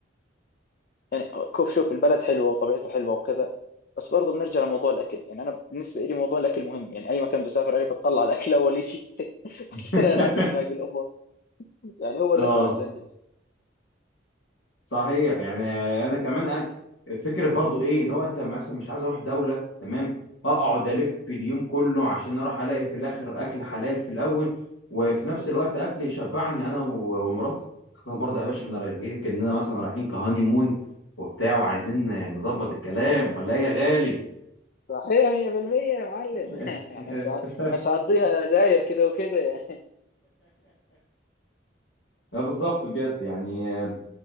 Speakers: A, on the left (about 50°); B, on the left (about 75°).
A: يعني كوف شوف البلد حلوه وطبيعتها حلوه وكذا بس برضه بنرجع لموضوع الاكل يعني انا بالنسبه لي موضوع الاكل مهم يعني اي مكان بدي اسافر عليه بتطلع على الاكل اول شيء <laughs>
B: <laughs>
A: بعدين اناقش باقي الامور يعني هو الريفرنس
B: اه
A: عندي الأكل.
B: صحيح يعني انا كمان أ- فكره برضو ايه اللي هو انت مثلا مش عايز اروح دوله تمام اقعد الف في اليوم كله عشان اروح الاقي في الاخر اكل حلال في الاول وفي نفس
A: بالضبط
B: الوقت اكل يشبعني انا و- ومراتي خلاص برضه يا باشا احنا رايحين كاننا مثلا رايحين كهاني مون وبتاع وعايزين نظبط الكلام ولا ايه يا غالي
A: صحيح 100% يا معلم
B: <laughs>
A: <laughs> يعني مش ع... مش هقضيها داير كده وكده يعني
B: اه بالظبط بجد يعني آه،